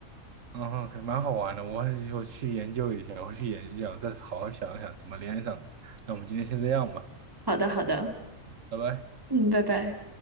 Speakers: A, on the right (about 65°); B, on the right (about 15°).
A: 然后可蛮好玩的，我我去研究一下，我去研究，一下，再好好想一想怎么连上的那我们今天先这样吧，
B: 好的，好的，
A: 拜拜。
B: 嗯，拜拜。